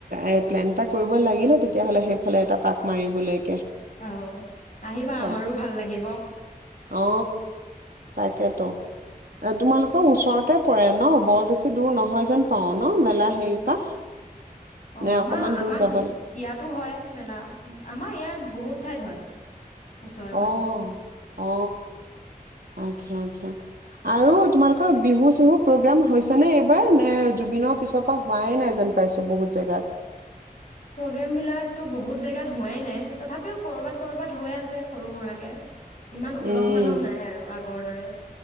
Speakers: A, on the right; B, on the left.
A: এ প্লেন এটা কৰিব লাগিলে তেতিয়া হ'লে, সেইফালে এটা পাক মাৰিবলৈকে
B: আহ আহিবা
A: তাই
B: আমাৰো ভাল লাগিব
A: অ তাকেতো আকৌ ওচৰতে পৰে ন বৰ বেছি দূৰ নহয় যেন পাও ন মেলা হেৰিৰ পৰা
B: অ
A: নে
B: আমাৰ
A: অকমান
B: আমাৰ
A: দূৰ যাবলৈ
B: ইয়াতো হয় মেলা আমাৰ ইয়াত বহুত ঠাইত হয় ওচৰে পজৰে
A: অ অ আত্ছা আত্ছা আৰু তোমালোকৰ বিহু চিহু প্ৰগ্ৰোম হৈছে নে এইবাৰ নে জুবিনৰ পিছৰ পৰা হোৱাই নাই যেন পাইছো বহুত জেগাত।
B: প্ৰগ্ৰেমবিলাকতো বহুত জেগাত হোৱাই নাই, তথাপিও কৰ'ৰবাত - ক'ৰবাত হৈ আছে সৰু সুৰাকে। ইমান উলহ
A: উম
B: মালহ নাই আৰু আগৰ দৰে।